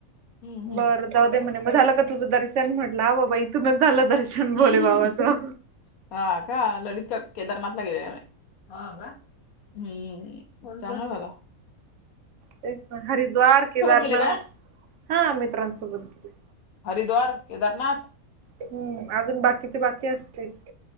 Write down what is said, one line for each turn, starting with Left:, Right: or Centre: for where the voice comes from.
Left: हम्म
Right: बरं जाऊ दे म्हणे ग झालं का तुझं दर्शन म्हटलं बाबा इथूनच झालं दर्शन भोले
Left: हम्म
Right: बाबाचं.
Left: हम्म हम् ह का ललता केदारनाथ गेलाय हा हम्म चांगलं द
Right: ते हरिद्वार केदारनाथ
Left: गेले का
Right: हा मित्रांसोबत गेले
Left: हरिद्वार केदारनाथ
Right: हम्म अजून बाकीचे बाकी असतील